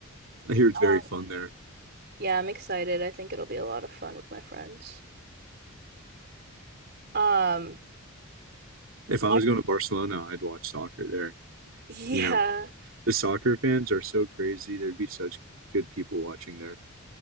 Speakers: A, on the right; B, on the right.
A: I hear it's
B: Um,
A: very fun there.
B: yeah, I'm excited. I think it'll be a lot of fun with my friends. Um,
A: If
B: back,
A: I was going to Barcelona, I'd watch soccer there.
B: <laughs> yeah.
A: You know, the soccer fans are so crazy. There'd be such good people watching there.